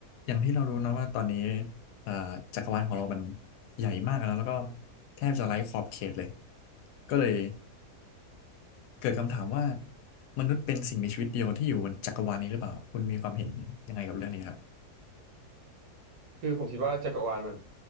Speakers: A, on the left; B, on the right.
A: อย่างที่เรารู้นะว่าตอนนี้เอ่อจักรวาลของเรามันใหญ่มากแล้วแล้วก็แทบจะไร้ขอบเขตเลยก็เลยเกิดคำถามว่ามนุษย์เป็นสิ่งมีชีวิตเดียวที่อยู่บนจักรวาลนี้หรือเปล่าคุณมีความเห็นยังไงกับเรื่องนี้ครับ
B: คือผมคิดว่าจักรวาลมัน